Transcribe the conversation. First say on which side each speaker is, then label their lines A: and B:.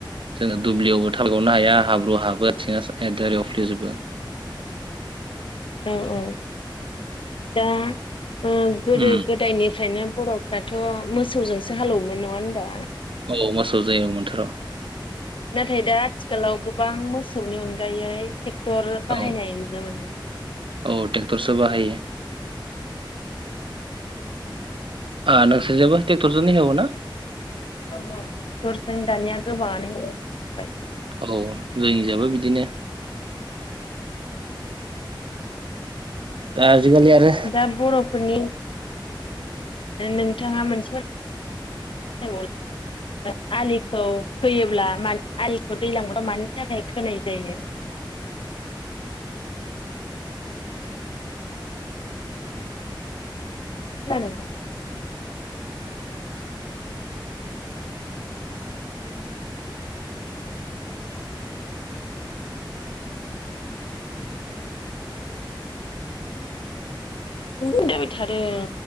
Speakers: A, on the right; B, on the left.
A: जोंङो दुब्लियावबो थाबायबावनो हाया हाब्रुवाव हाबो आथिंङा रिवफ्ले जोबो ।
B: औ औ दा ओ गोदो
A: उम
B: गोदायनिफ्रायनो बर'फ्राथ' मोसौजोंसो हालौवोमोन नङा होनबा?
A: औ मोसौजो एवोमोन मोन थर ।
B: नाथाय दा आथिखालाव गोबां मोसौनि अनगायै ट्रेक्टर बाहायनाय
A: औ
B: नुनो मोनबाय ।
A: औ ट्रेक्टरसो बाहायो । ओ नोंसोरजा बो ट्रेक्टरजोंनो हेवो ना?
B: औ ट्रेक्टरजों दानिया गोबाङानो बाय
A: औ जोंनिजाबो बिदिनो दा आजिखालि आरो
B: दा बर'फोरनि नोंथांङा मोनसे <inaudible> आलिखौ खोयोब्ला मानि आलिखौ दैज्लां बाथोराव मानि थाखाय खोनाय जायो? खोनादोंना? मा जाबाय थादों?